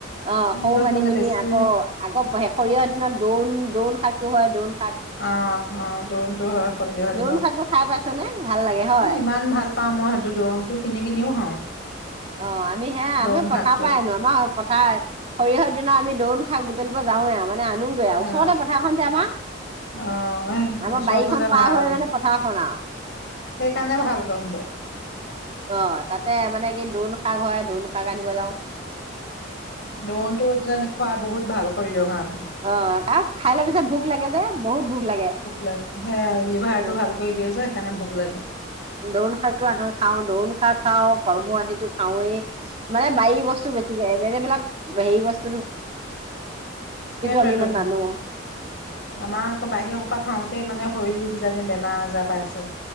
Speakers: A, on the right; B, on the left.
A: অ সৰু
B: য'ত
A: মানিমুনি
B: মানে বেছি
A: আকৌ আকৌ সৰিয়হৰ দিনত দৌন, দৌন শাক টো হয়, দৌন শাক
B: অ অ দ্ৰোণটো হয় সৰিয়হৰ
A: দৌন
B: দিনত,
A: শাকটো খাই পাইছ নে ভাল লাগে হয়
B: ইমান ভাল পাও মই সেইটো দোৰোণতটো। কিনি কিনিও খাওঁ।
A: অ আমি হে
B: দোৰোণ
A: আমি পথাৰ
B: শাকটো
A: পৰাই আনো আমাৰ, পথাই সৰিয়হৰ দিনা আমি দৌণ শাক বুটলিব যাওঁৱে। আমাৰ আনুগৈ ওচৰতে
B: অ
A: পথাৰখন যে আমাৰ।
B: অ
A: আমাৰ
B: ওচৰত
A: বাৰীখন
B: হলে
A: পাৰ
B: ভাল
A: হৈ মানে পথাৰখন আও।
B: সেইকাৰণে ভাল তহঁতৰ
A: অ তাতে মানে দ্ৰোন শাক হয়, দ্ৰোন শাক আনিব যাওঁ।
B: দোনতটো যেন খোৱা বহুত ভাল শৰীৰৰ কাৰণে।
A: অ আও খাই লৈ পিছত ভোক লাগে যে, বহুত ভোক লাগে।
B: লাগে সেয়া লিভাৰটো
A: উম,
B: ভাল কৰি দিয়ে যে সেইকাৰণে ভোক লাগে
A: দ্ৰোণ শাকটো আনোয়ে খাওঁ, দ্ৰোণ শাক খাওঁ, কলমৌ আনিটো- খাওঁৱে মানে বায়ী বস্তু বেছিকে, জেগা বিলাক ভেই বস্ত
B: সেইটোৱেটো।
A: আমি ইমান নানো
B: আমাৰ আকৌ বাহিৰৰ সোপা খাওঁতেই মানে শৰীৰ যায় বেমাৰ আজাৰ পাইছে।